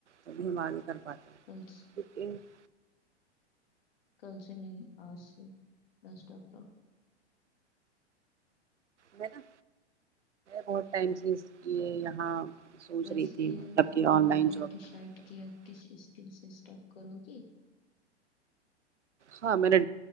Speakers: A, on the right; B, on the left.
A: اب ہم ہماری کر پاتے ہیں
B: کل
A: تو یہ <inaudible>
B: کل سے نہیں آج سے بس ڈپ کا
A: میں نا بہت ٹائم سے اس یہ یہاں <inaudible>
B: ویسے
A: رہی تھی مطلب کہ آن
B: تم
A: لائن
B: نے
A: جاب
B: ڈسائڈ
A: کرنے کے لیے
B: کیا ک اسکل سے اسٹارٹ کرو گی <inaudible>
A: ہاں میں نے